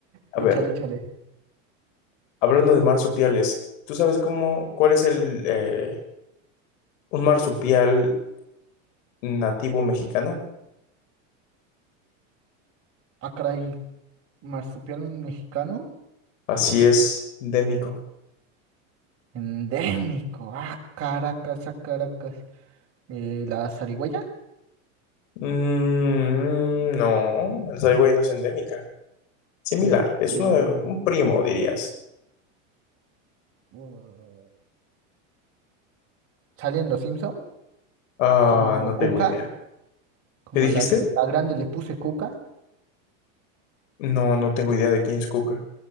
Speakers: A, on the right (about 35°); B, on the left (about 75°).
A: Échale,
B: A ver,
A: échale.
B: hablando de marsupiales, ¿tú sabes cómo, cuál es el, eh, un marsupial nativo mexicano?
A: Ah, caray, marsupial mexicano.
B: Así es, endémico.
A: Endémico. Ah, Caracas, ah, Caracas. Eh, ¿la zarigüeya?
B: Mm, no, la zarigüeya no es endémica. Similar,
A: Eh,
B: es
A: eh,
B: uno un primo, dirías.
A: mm, ¿sale en Los Simpson?
B: Ah,
A: Como
B: no tengo
A: Cuca,
B: idea.
A: como
B: ¿Qué dijiste?
A: a la, la grande le puse Cuca.
B: No, no tengo idea de quién es Cuca.